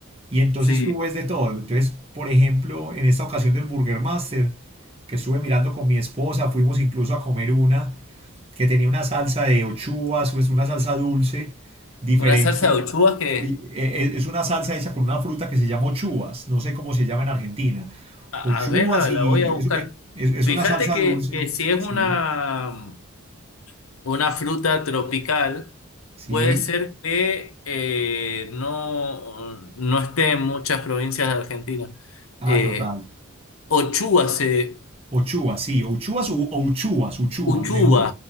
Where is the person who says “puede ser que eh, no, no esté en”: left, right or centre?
Left